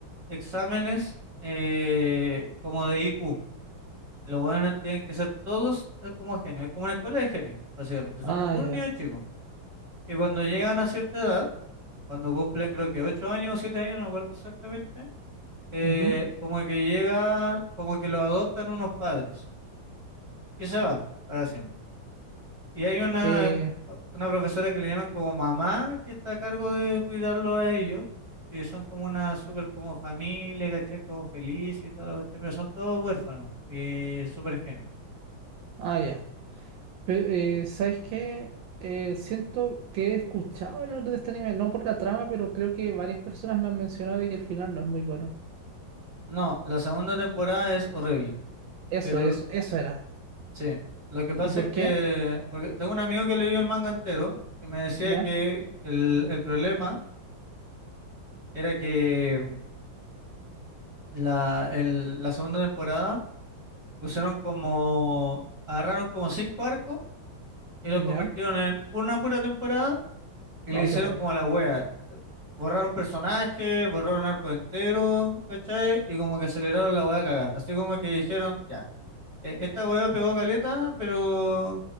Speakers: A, on the right; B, on the right.
A: exámenes eh, como de IQ. Los buenos tienen que ser todos eh, como genios, es como una escuela de genios, básicamente, son
B: Ah,
A: puros
B: ya.
A: niños chicos. Y cuando llegan a cierta edad, cuando cumplen creo que 8 años o 7 años, no me acuerdo exactamente, eh,
B: Ujú.
A: como que llega, como que los adoptan unos padres y se van para siempre. Y hay una,
B: Eh,
A: una profesora que le llaman como mamá, que está a cargo de cuidarlo a ellos, y son como una súper como familia, ¿cachai? Como feliz y toda la cuestión, pero son todos huérfanos y súper genios,
B: ah, ya. Pe- eh, ¿sabes qué? Eh, siento que he escuchado hablar de este anime, no por la trama, pero creo que varias personas me han mencionado de que el final no es muy bueno.
A: No, la segunda temporada es horrible,
B: Eso,
A: pero
B: eso,
A: l-
B: eso era.
A: sí, lo que pasa
B: ¿Y por
A: es
B: qué?
A: que, porque tengo un amigo que leyó el manga entero y me decía
B: Ya,
A: que el, el problema era que mm, la, el- la segunda temporada pusieron como, agarraron como cinco arcos y los
B: ya.
A: convirtieron en una pura temporada y
B: No,
A: le hicieron
B: qué horror.
A: como a la wea, borraron personajes, borraron arco entero, ¿cachai? Y como que aceleraron la wea a cagar, así como que dijeron, ya. E- Esta hueá pegó caleta, pero,